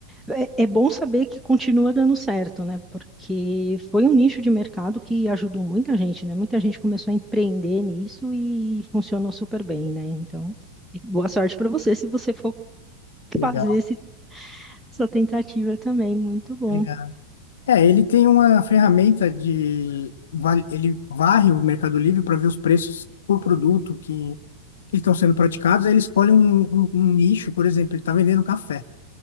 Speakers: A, in the centre; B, on the left (about 60°).
A: é, é bom saber que continua dando certo, né? Porque foi um nicho de mercado que ajudou muita gente, né? Muita gente começou a empreender nisso e funcionou super bem, né? Então, boa sorte para você se você for
B: Legal.
A: fazer esse- essa tentativa também, muito bom.
B: Obrigado. É, ele tem uma ferramenta de. va- Ele varre o Mercado Livre para ver os preços por produto que, que estão sendo praticados. Aí ele escolhe um, um- um nicho, por exemplo, ele está vendendo café.